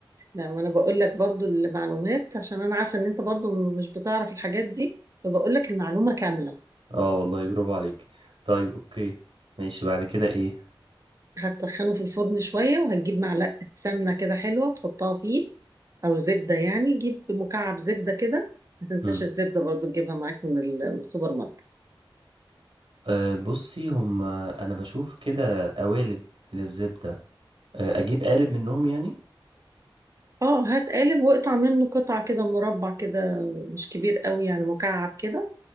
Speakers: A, on the right; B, on the right.
A: لا ما انا بقول لك برضو المعلومات عشان انا عارفة ان انت برضو مش بتعرف الحاجات دي فبقول لك المعلومة كاملة
B: اه والله برافو عليك طيب اوكي ماشي بعد كده ايه
A: هتسخنه في الفرن شوية وهتجيب معلقة سمنة كده حلوة تحطها فيه أو زبدة يعني جيب مكعب زبدة كده ما تنساش
B: امم
A: الزبدة برضو تجيبها معاك من ال- من السوبر ماركت
B: أه بصي هم انا بشوف كده قوالب للزبدة أه اجيب قالب منهم يعني
A: اه هات قالب واقطع منه قطع كده مربع كده مش كبير قوي يعني مكعب كده